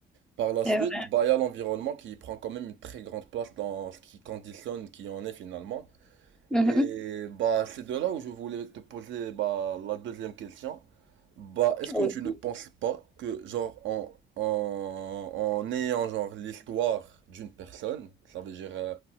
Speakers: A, on the right (about 70°); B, in the centre.
A: Par la suite,
B: c'est vrai.
A: bah, il y a l'environnement qui prend quand même une très grande place dans ce qui conditionne qui on est finalement.
B: Mhm.
A: Et bah, c'est de là où je voulais te poser bah, la deuxième question. Bah, est-ce
B: Oui.
A: que tu ne penses pas que, genre, en, en, en ayant, genre, l'histoire d'une personne, ça veut dire euh,